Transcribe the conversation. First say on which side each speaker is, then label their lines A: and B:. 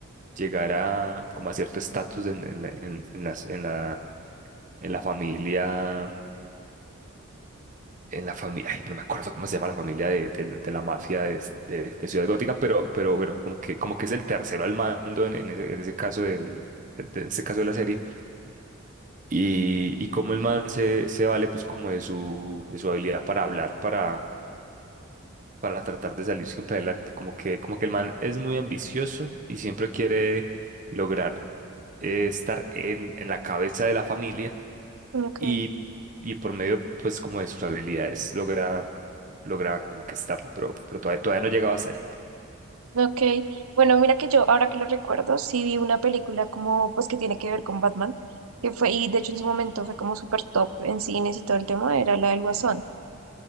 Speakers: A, on the right (about 35°); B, on the right (about 85°).
A: llegar a como a cierto estatus en, en, la- en, en las- en la, en la familia, en la familia, ay, no me acuerdo cómo se llama la familia de, de la de la mafia de, de- de Ciudad Gótica, pero, pero bueno, como que, como que es el tercero al mando en, en ese, en ese caso del, del- de ese caso de la serie. Y, y cómo el man se, se vale pues como de su, de su habilidad para hablar, para para tratar de salir siempre adelante. Como que, como que el man es muy ambicioso y siempre quiere lograr eh, estar en, en la cabeza de la familia
B: ok.
A: y, y por medio, pues, como de sus habilidades, logra, logra como que estarlo, pero, pero todavía, todavía no llegaba a ser.
B: Ok, bueno, mira que yo, ahora que lo recuerdo, sí vi una película como, pues que tiene que ver con Batman, que fue, y de hecho en su momento fue como súper top en cines y todo el tema, era la del Guasón.